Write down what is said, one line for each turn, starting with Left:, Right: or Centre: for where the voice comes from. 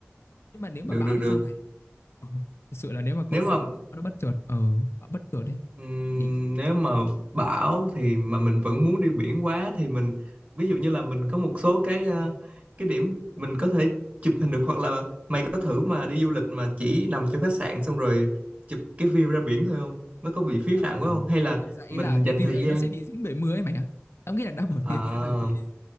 Left: nhưng mà nếu
Right: được
Left: mà bão
Right: được
Left: thì
Right: được
Left: sao mày Ờ, Thực sự là nếu mà câu
Right: nếu mà
Left: chuyện nó bất chợt ờ nó bất chợt đấy
Right: Ừm,
Left: thì
Right: nếu mà bão thì mà mình vẫn muốn đi biển quá thì mình ví dụ như là mình có một số cái ờ, cái điểm mình có thể chụp hình được hoặc là mày có thử mà đi du lịch mà chỉ nằm trong khách sạn xong rồi chụp cái view ra biển thôi không? Nó có bị phí
Left: ờ,
Right: phạm quá không? Hay là
Left: thực ra ý
Right: mình
Left: là cái
Right: dành
Left: view
Right: thời
Left: đấy
Right: gian
Left: nó sẽ bị dính bảy mươi ấy mày ạ tao nghĩ là đã bỏ <laughs>
Right: à,
Left: tiền ra rồi thì